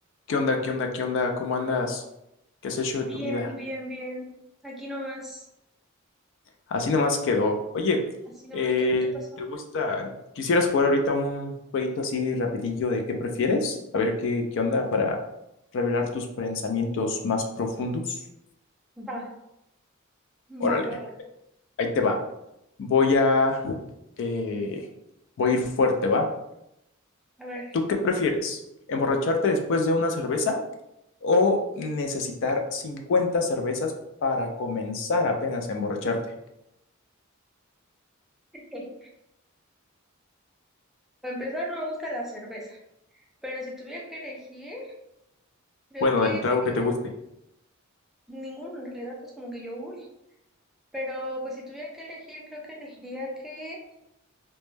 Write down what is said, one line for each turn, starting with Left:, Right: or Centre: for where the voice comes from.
Left: ¿Qué onda? ¿Qué onda? ¿Qué onda? ¿Cómo andas? ¿Qué has hecho de
Centre: Bien,
Left: tu vida?
Centre: bien, bien. Aquí nomás,
Left: Así nomás quedó. Oye,
Centre: así nomás
Left: eh,
Centre: quedó. ¿Qué pasó?
Left: ¿te gusta? ¿Quisieras jugar ahorita un jueguito así rapidillo de qué prefieres? A ver qué, qué onda para revelar tus pensamientos más profundos.
Centre: Va,
Left: Órale,
Centre: va, va, va.
Left: ahí te va. Voy a, eh, voy a ir fuerte, ¿va?
Centre: A ver,
Left: ¿Tú qué prefieres? ¿Emborracharte después de una cerveza o necesitar 50 cervezas para comenzar apenas a emborracharte?
Centre: eh, para empezar no me gusta la cerveza, pero si tuviera que elegir, creo
Left: Bueno,
Centre: que
Left: del trago
Centre: sería
Left: que te guste.
Centre: ninguno. En realidad, pues como que yo, uy. Pero pues si tuviera que elegir, creo que elegiría que,